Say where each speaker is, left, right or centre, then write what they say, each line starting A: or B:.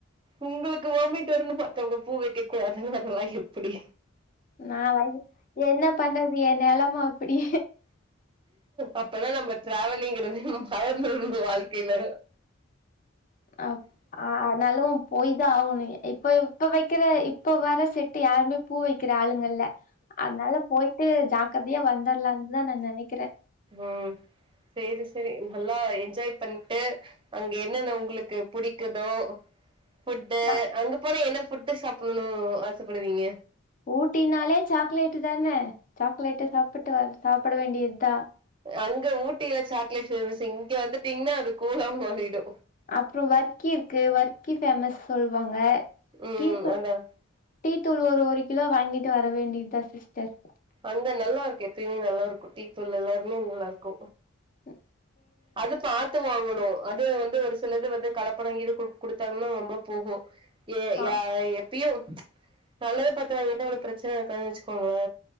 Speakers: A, on the right; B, on the left.
A: உங்களுக்கு வாமிட் வர்னு மத்தவங்க பூ வைக்க கூடாதுன்னு அதெல்லா எப்புடி
B: நா வ என்ன பண்றது எ நெலம அப்டி
A: அப்ப தா நம்ம ட்ராவலிங்க மறந்தருனு உங்க வாழ்க்கைய்ல
B: அப் ஆ ஆனாலு போய் தா ஆவனு இப்ப இப்ப வெக்கிற இப்ப வர செட்டு யாருமே பூ வைக்கிற ஆளுங்க இல்ல அதனால போய்ட்டு ஜாக்ரதையா வந்தர்லான்தா நா நெனைக்கறே
A: ம் சேரி சேரி இப்ப எல்லா என்ஜாய் பண்ட்டு அங்க என்னன்ன உங்களுக்கு புடிக்குதோ ஃபுட்டு
B: நா
A: அங்க போனா என்ன ஃபுட்டு சாப்படனு ஆசப் படுவீங்க
B: ஊட்டினாலே சாக்லேட்டு் தான சாக்கலேட்ட சாப்புட்டு வர சாப்பட வேண்டியத்தா
A: அங்க ஊட்டில சாக்லேட்டு இங்க வந்துட்டீங்னா அது கூழா மாறிடு
B: அப்புறோ வர்க்கி இருக்கு வர்க்கி ஃபேமஸ் சொல்வாங்க
A: ம்
B: டீ தூ
A: அதா
B: டீ தூள் ஒரு ஒரு கிலோ வாங்கிட்டு வர வேண்டியத்தா சிஸ்டர்
A: அங்க நல்லாருக்கு எப்பயுமே நல்லாருக்கு டீத்தூள் எல்லாருமே நல்லா இருக்கு
B: ம்
A: அது பாத்து வாங்கணு அது வந்து ஒரு சிலது வந்து கலப்படங்கீது குடு குடுத்தாங்கனா ரொம்ப போகு ஏ
B: ஆ
A: யா எப்பியு நல்லத பத்தாங்க ஏட்ட அவ்ளோ பிரச்சன இருக்காதுன் வச்சுக் கோங்களே